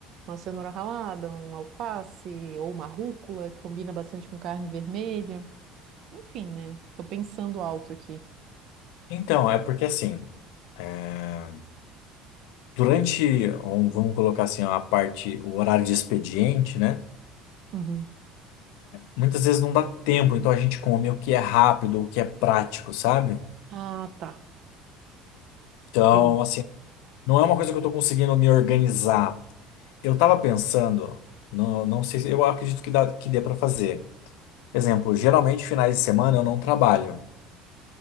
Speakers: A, on the right; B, on the left.
A: Uma cenoura ralada, um alface ou uma rúcula, que combina bastante com carne vermelha. Enfim, né? Tô pensando alto aqui.
B: Então, é porque assim, é, durante, um- vamos colocar assim, a parte, o horário de expediente, né?
A: Uhum.
B: Muitas vezes não dá tempo, então a gente come o que é rápido, o que é prático, sabe?
A: Ah, tá.
B: Então,
A: Tem,
B: assim, não é uma coisa que eu tô conseguindo me organizar. Eu tava pensando, não, não sei, se- eu acredito que dá, que dê pra fazer. exemplo, geralmente finais de semana eu não trabalho.